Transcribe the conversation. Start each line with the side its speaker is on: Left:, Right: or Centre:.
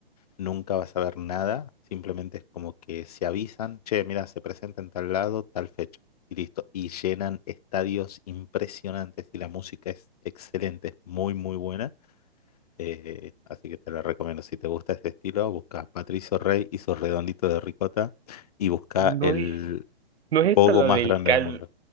Left: nunca vas a ver nada, simplemente es como que se avisan, che, mira, se presenta en tal lado, tal fecha, y listo, y llenan estadios impresionantes y la música es excelente, es muy, muy buena. eh, así que te la recomiendo. Si te gusta ese estilo, busca Patricio Rey y su redondito de ricota y busca
Right: No
Left: el
Right: es No es
Left: pogo
Right: esta la
Left: más
Right: del
Left: grande
Right: calvo,
Left: del mundo.